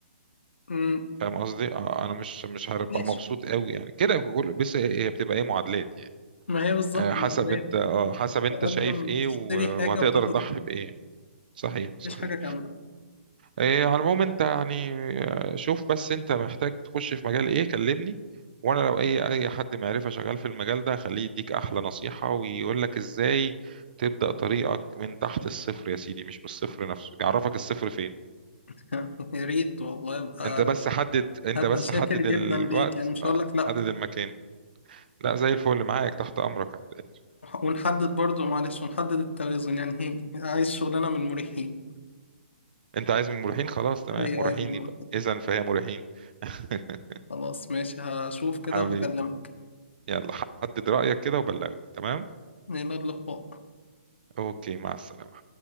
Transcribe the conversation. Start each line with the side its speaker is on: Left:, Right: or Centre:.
Left: امم
Right: فاهم قصدي آه انا مش مش هبقى
Left: ماشي
Right: مبسوط قوي يعني كده كل- بس هي بتبقى ايه معادلات يعني
Left: ما هي بالظبط
Right: آه، حسب
Left: ما
Right: انت اه حسب انت
Left: تقدم
Right: شايف ايه
Left: تشتري
Right: و-
Left: حاجة
Right: وهتقدر
Left: وتاخد
Right: تضحي
Left: حاجة
Right: بايه صحيح صحيح
Left: مفيش حاجة كاملة
Right: إيه على العموم انت يعني آه، شوف بس انت محتاج تخش في مجال ايه كلمني وانا لو اي اي حد معرفة شغال في المجال ده خليه يديك احلى نصيحة ويقول لك ازاي تبدأ طريقك من تحت الصفر يا سيدي مش بالصفر نفسه يعرفك الصفر فين
Left: <laughs> يا ريت والله يبقى
Right: انت بس حدد انت
Left: هبقى
Right: بس
Left: شاكر
Right: حدد
Left: جدا
Right: الوقت
Left: ليك يعني مش
Right: آه،
Left: هقول لك لا
Right: حدد المكان لا زي الفل معاك تحت امرك يا عبد القادر.
Left: ونحدد برضو معلش ونحدد التوازن يعني هي عايز شغلانة من المريحين
Right: انت عايز من مريحين خلاص تمام
Left: هي
Right: مريحين
Left: عايز من المريحين
Right: يبقى اذا فهي مريحين <laughs>
Left: خلاص ماشي هشوف كده
Right: حبيبي
Left: وهكلمك
Right: يلا حدد رأيك كده وبلغني تمام
Left: إلى اللقاء
Right: اوكي مع السلامة